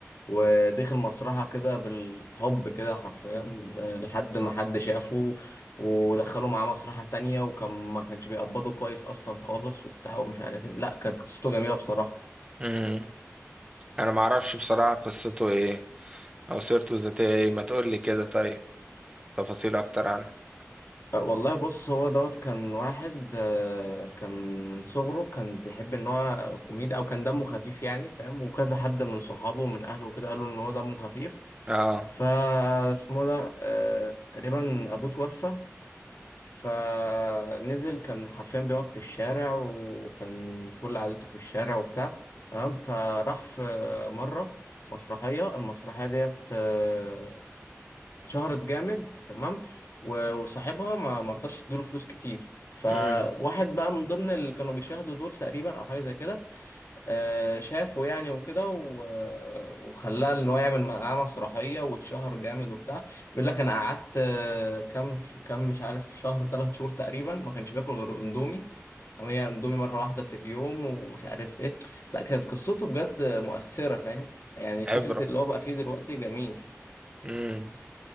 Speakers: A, on the left; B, on the right.
A: ودخل مسرحة كده بالحب كده حرفيا آه، لحد ما حد شافه ودخله معاه مسرحة تانية وكان ما كانش بيقبضه كويس أصلا خالص وبتاع ومش عارف إيه لا كانت قصته جميلة بصراحة
B: لسن انا ما اعرفش بصراحة قصته ايه او سيرته الذاتية ايه ما تقول لي كده طيب تفاصيل اكتر عنه
A: أه، والله بص هو دوت كان واحد آه، كان من صغره كان بيحب ان هو كوميدي او كان دمه خفيف يعني فاهم وكذا حد من صحابه ومن اهله وكده قالوا ان هو دمه خفيف
B: اه
A: فاسمه ده آه، تقريبا ابوه توفى فنزل كان حرفيا بيقعد في الشارع وكان كل عادته في الشارع وبتاع تمام فراح في مرة مسرحية المسرحية ديت آه، شهرت جامد تمام و- وصاحبها ما مرضاش يديله فلوس كتير فواحد
B: امم
A: بقى من ضمن اللي كانوا بيشاهدوا دول تقريبا او حاجه زي كده آه، شافه يعني وكده و- وخلاه ان هو يعمل معاه مسرحيه واتشهر جامد وبتاع بيقول لك انا قعدت آه، كام كام مش عارف شهر ثلاث شهور تقريبا ما كانش باكل غير اندومي أم هي اندومي مره واحده في اليوم ومش عارف ايه لا كانت قصته بجد مؤثره فاهم يعني
B: عبرة
A: فكره اللي هو بقى فيه دلوقتي جميل
B: امم